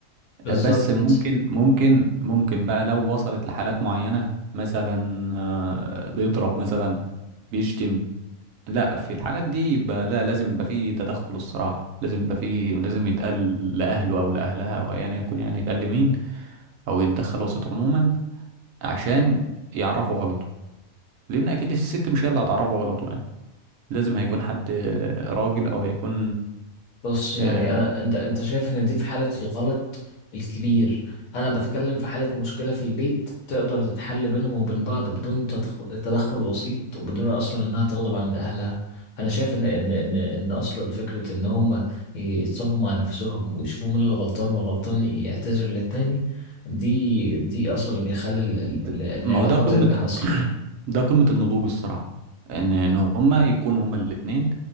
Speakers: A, on the left; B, on the right.
A: بالظبط
B: بس ممكن ممكن ممكن بقى لو وصلت لحالات معينة مثلا آه، بيضرب مثلا بيشتم لا في الحالات دي يبقى لا لازم يبقى فيه تدخل الصراحة لازم يبقى فيه لازم يتقال لأهله أو لأهلها أو أيا يكن يعني يتقال لمين أو يتدخل وسيط عموما عشان يعرفوا غلطه لان اكيد الست مش هي اللي هتعرفه غلطه يعني لازم هيكون حد راجل او هيكون
A: بص يعني
B: آه،
A: أنا أنت أنت شايف إن دي في حالة الغلط الكبير أنا بتكلم في حالة مشكلة في البيت تقدر تتحل بينهم وبين بعض بدون تدخ- تدخل وسيط وبدون أصلا إنها تغضب عند أهلها أنا شايف إن إن إن إن أصلا فكرة إن هما يتصافوا مع نفسهم ويشوفوا مين اللي غلطان والغلطان يعتذر للتاني دي دي أصلا اللي بيخلي ال-
B: د-
A: ال- العلاقة
B: ما هو ده قمة
A: تنجح أصلا
B: <clears throat> ده قمة النضوج الصراحة ان ان هما يكونوا هما الاتنين